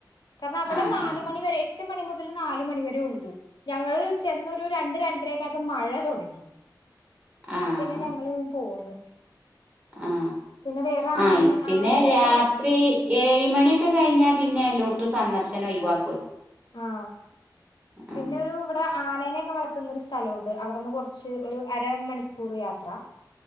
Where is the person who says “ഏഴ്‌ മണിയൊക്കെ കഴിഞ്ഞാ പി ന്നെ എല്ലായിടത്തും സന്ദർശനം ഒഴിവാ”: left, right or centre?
Right